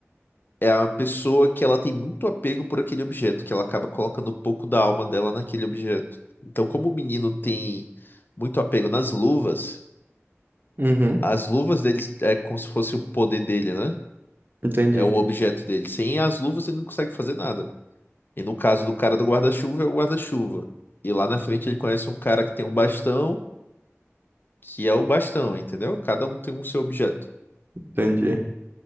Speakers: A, on the left; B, on the right.
A: é a pessoa que ela tem muito apego por aquele objeto, que ela acaba colocando um pouco da alma dela naquele objeto. Então, como o menino tem muito apego nas luvas,
B: Uhum.
A: as luvas dele é como se fosse o poder dele, né?
B: Entendi,
A: É o objeto dele. Sem as luvas ele não consegue fazer nada. E no caso do cara do guarda-chuva, é o guarda-chuva. E lá na frente ele conhece um cara que tem um bastão, que é o bastão, entendeu? Cada um tem o seu objeto.
B: entendi.